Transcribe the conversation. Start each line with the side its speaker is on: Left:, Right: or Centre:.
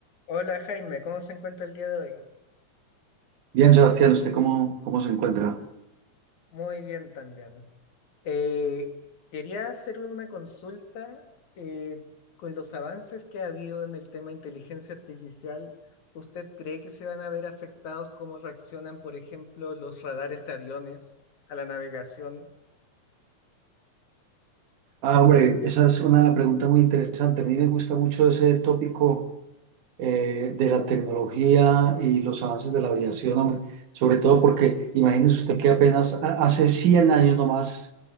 Left: Hola Jaime, ¿cómo se encuentra el día de hoy?
Right: Bien, Sebastián, ¿usted cómo, cómo se encuentra?
Left: Muy bien también. Eh, quería hacer una consulta eh, con los avances que ha habido en el tema de inteligencia artificial. ¿Usted cree que se van a ver afectados cómo reaccionan, por ejemplo, los radares de aviones a la navegación?
Right: Ah, hombre, esa es una pregunta muy interesante. A mí me gusta mucho ese tópico eh, de la tecnología y los avances de la aviación, hombre. Sobre todo porque imagínese usted que apenas a- hace 100 años nomás